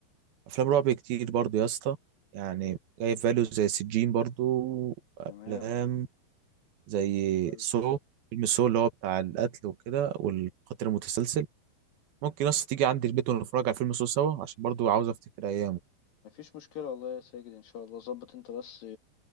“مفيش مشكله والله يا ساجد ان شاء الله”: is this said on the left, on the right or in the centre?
Left